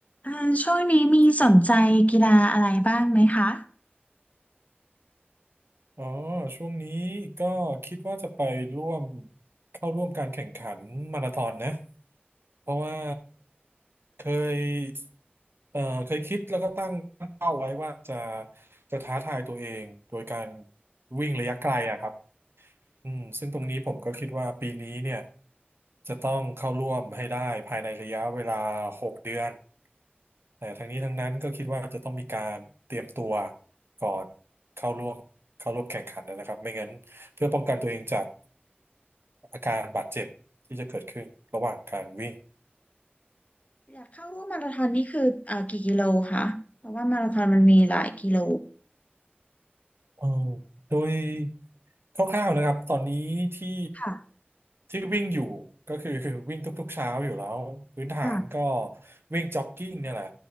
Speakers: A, on the left; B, on the right.
A: อ่าช่วงนี้มีสนใจกีฬาอะไรบ้างไหมคะ
B: ติดอ๋อช่วงนี้ก็คิดว่าจะไปร่วมเข้าร่วมการแข่งขันมาราธอนนะเพราะว่าเคยเอ่อเคยคิดแล้วก็ตั้งเป้าไว้ว่าจะจะท้าทายตัวเองโดยการวิ่งระยะไกลอะครับอืมซึ่งตรงนี้ผมก็คิดว่าปีนี้เนี่ยจะต้องเข้าร่วมให้ได้ภายในระยะเวลาหกเดือน แต่ทั้งนี้ทั้งนั้นก็คิดว่าจะต้องมีการเตรียมตัวก่อนเข้าร่วมเข้าร่วมแข่งขันนะครับไม่งั้นเพื่อป้องกันตัวเองจากอาการบาดเจ็บที่จะเกิดขึ้นระหว่างการวิ่ง
A: อยากเข้าร่วมมาราธอนนี่คือเอ่อกี่กิโลคะเพราะว่ามาราธอนมันมีหลายกิโล
B: เออโดยคร่าวๆนะครับตอนนี้ที่
A: ค่ะ
B: ที่วิ่งอยู่ก็คือ <laughs> คือวิ่งทุกๆเช้าอยู่แล้วพื้นฐานก็
A: ค่ะ
B: วิ่งจ็อกกิ้งเนี่ยแหละ